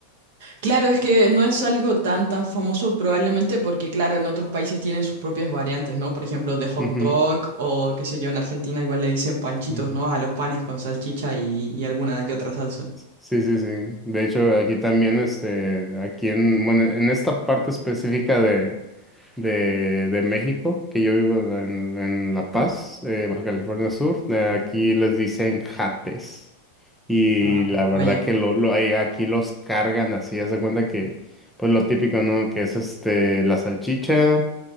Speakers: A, on the right (about 50°); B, in the centre.
A: Claro, es que no es algo tan tan famoso probablemente porque, claro, en otros países tienen sus propias variantes, ¿no? Por ejemplo, de hot
B: Ujú,
A: dog o qué sé yo, en Argentina igual le dicen panchitos,
B: ujú.
A: ¿no? A los panes con salchicha y, y alguna que otra salsa.
B: Sí, sí, sí. De hecho, aquí también, este, aquí en, bueno, en esta parte específica de de, de México, que yo vivo en, en La Paz, eh, Baja California Sur. Eh, aquí les dicen jates. Y
A: Ah.
B: la verdad
A: Vaya.
B: que lo, lo, ahí- aquí los cargan así, haz de cuenta que, pues lo típico, ¿no? Que es este, la salchicha